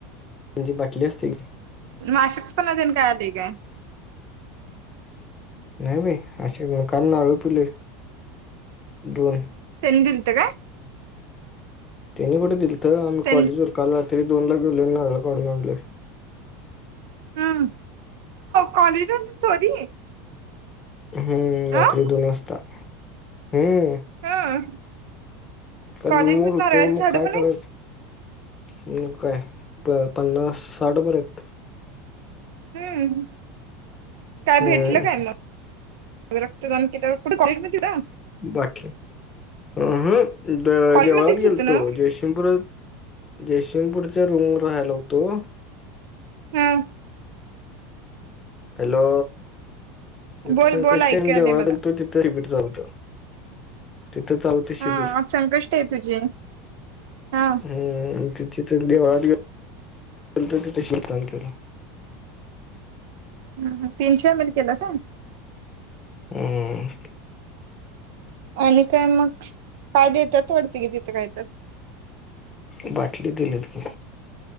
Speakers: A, on the left; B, on the right.
A: ती जी बाटली असते कणी
B: मशक पण देन काय आलय काय?
A: नाही बाई अस काल नारळ फोडलोय व्हय
B: <unintelligible> दिलत काय?
A: त्यांनी कुठे दि आ आम्
B: त्यां
A: कॉलेज वर काल तरी दोन ला गेलोय आणि नारळ काढून आणलोय.
B: हम्म कॉलेजात. सॉरी.
A: हम्म
B: अ
A: रात्री दोन वाजता. हम्म
B: ह
A: काल
B: कॉलेज
A: ऊन
B: मध्ये
A: होतं
B: नारळाची
A: मग
B: झाडं
A: काय
B: पण
A: करायच?
B: आहेत
A: मग काय पन्नास साठ भर आहेत.
B: हम्म काय
A: हम्म
B: भेटलं काय मग? रक्तदान केल्यावर कुठ कॉलेज मध्ये होतं?
A: बाकी अम हं
B: कॉलेजमध्येच
A: देवळात गेलतो
B: होतं ना
A: जयसिंगपूरात जयसिंगपूरात रूम राहायला होतो.
B: हा
A: हॅलो मग
B: बोल
A: संकष्टी
B: बोल ऐकू
A: आणि देवळात
B: आलंय मला
A: गेलतो तिथं <unintelligible> जाऊत. तिथं चालते शिबिर
B: हा आज संकष्टी आहे तुझी हा
A: हम्म तिथे देवळात गेलतो तिथं शिबिर दान केल.
B: हम्म ह तीनशे एमएल केलास होय.
A: हम्म
B: आणि काय मग काय देत्यात वाढत कि तिथं काय तर
A: बाटली दिल्यात की